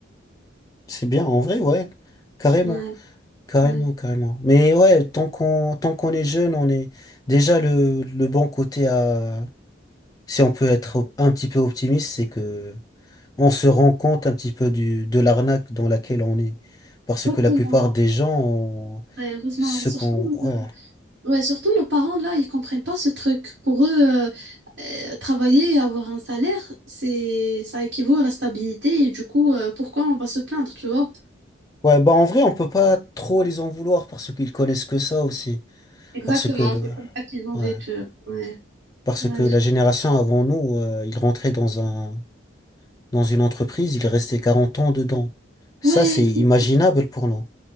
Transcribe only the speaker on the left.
c'est bien, en vrai, ouais, carrément,
carrément,
carrément. Mais ouais, tant qu'on, tant qu'on est jeune, on est déjà le, le bon côté à, si on peut être op- un petit peu optimiste, c'est que on se rend compte un petit peu du, de l'arnaque dans laquelle on est. Parce
que la plupart des gens, ont-
ce
qu'on... Ouais.
Ouais, bah en vrai, on peut pas trop les en vouloir parce qu'ils connaissent que ça aussi.
Parce que le...
ouais.
Parce
que la
génération avant nous, euh, ils rentraient dans un... dans une entreprise, ils restaient 40 ans dedans. Ça,
c'est
imaginable pour nous.